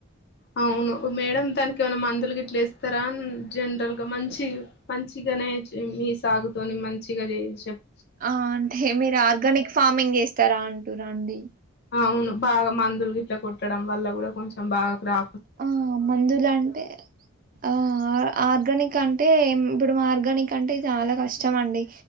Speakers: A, on the left; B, on the right.
A: ఆ అవును ఓ మేడం తనకి ఏమైనా మందులు గిట్ల ఇస్తారా జనరల్ గా మంచి మంచిగానే మీ సాగుతోని మంచిగా చే చెప్
B: ఆ అంటే మీరు ఆర్గానిక్ ఫార్మింగ్ చేస్త్ తరా అంటురా అండి.
A: అవును బాగా మందులు గిట్ల కొట్టడం వల్ల కూడా కొంచెం బాగా క్రా
B: ఆ మందులు అంటే ఆ ఆర్గానిక్ కంటే ఇప్పుడు ఆర్గానిక్ అంటే చాలా కష్టం అండి.